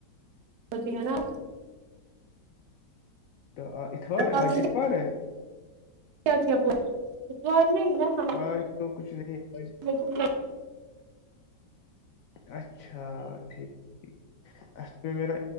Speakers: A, on the right; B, on the left.
A: ستی ہے نا
B: تو اتوار
A: آپ
B: آج
A: نے
B: اتوار ہے
A: کیا کیا پ جور میں ن
B: آج تو کچھ نہیں آج
A: بک <unintelligible>
B: <inaudible> اچھا ٹھیک ٹھ اس پ نیرا